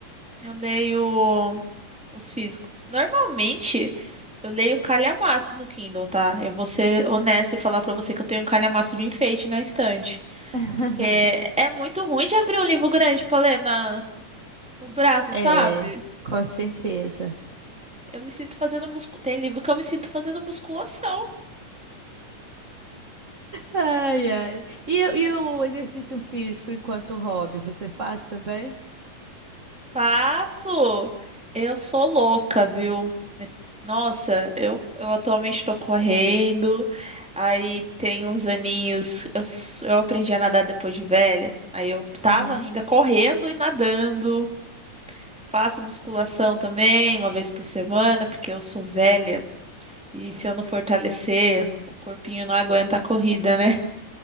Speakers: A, in the centre; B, on the right.
A: Eu leio os físicos. Normalmente, eu leio calhamaço no Kindle, tá? Eu vou ser honesta e falar pra você que eu tenho um calhamaço de enfeite na estante.
B: <laughs>
A: Porque é muito ruim de abrir um livro grande pra ler na, no braço,
B: É,
A: sabe?
B: com certeza.
A: Eu me sinto fazendo musculação. Tem livro que eu me sinto fazendo musculação.
B: Ai, ai. E, e o exercício físico enquanto hobby, você faz também?
A: Passo, Eu sou louca, viu? É- Nossa, eu, eu atualmente estou correndo. Aí tem uns aninhos. Eu, s- eu aprendi a nadar depois de velha. Aí eu tava
B: Uhum.
A: ainda correndo e nadando. Faço musculação também, uma vez por semana, porque eu sou velha. E se eu não fortalecer, o corpinho não aguenta a corrida, né?